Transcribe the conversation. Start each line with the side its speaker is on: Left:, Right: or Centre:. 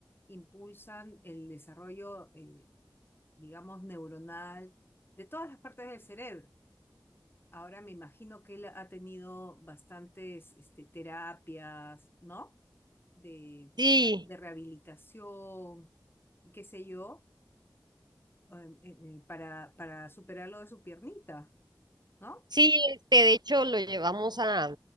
Left: impulsan el desarrollo, eh, digamos, neuronal de todas las partes del cerebro. Ahora me imagino que él ha tenido bastantes este, terapias, ¿no? De,
Right: sí,
Left: de rehabilitación, y qué sé yo, em, em, em, para, para superar lo de su piernita, ¿no?
Right: sí, este, de hecho lo llevamos a,